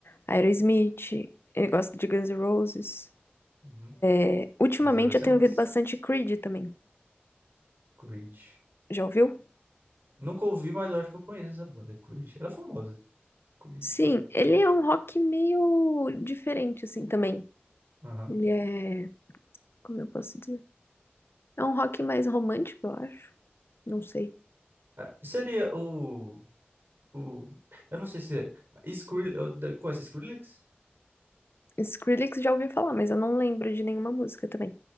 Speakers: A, on the left; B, on the right.
A: Aerosmith, ele gosta de Guns N' Roses.
B: Uhum.
A: É, Ultimamente
B: Zeros
A: eu tenho
B: é massa.
A: ouvido bastante Creed também.
B: Creed.
A: Já ouviu?
B: Nunca ouvi, mas eu acho que eu conheço essa banda, Creed. Ela é famosa. Creed.
A: Sim, ele é um rock meio diferente, assim, também.
B: Aham.
A: Ele é. Como eu posso dizer? É um rock mais romântico, eu acho. Não sei.
B: Ah, seria o, o. Eu não sei se é. Skrillex, com esse Skrillex?
A: Skrillex já ouvi falar, mas eu não lembro de nenhuma música também.